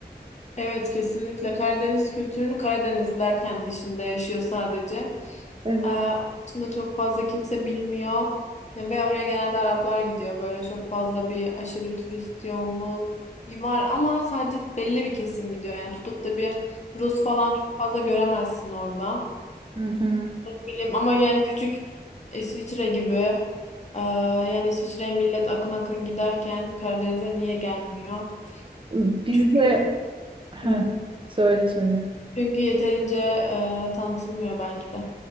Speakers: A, on the left; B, on the right.
A: Evet kesinlikle Karadeniz kültürünü Karadenizliler kendi içinde yaşıyor sadece.
B: Evet.
A: Ee, aslında çok fazla kimse bilmiyor ve oraya genelde Araplar gidiyor. Böyle çok fazla bir aşırı turist yoğunluğu var ama sadece belli bir kesim gidiyor. Yani tutup da bir Rus falan çok fazla göremezsin orada.
B: Hı hı.
A: Ne Bileyim ama yani küçük İsviçre gibi e, yani İsviçre'ye millet akın akın giderken Karadeniz'e niye gelmiyor?
B: Biz
A: Çünkü
B: de Heh,
A: <laughs>
B: söyle söyle.
A: Çünkü yeterince e, tanıtılmıyor belki de.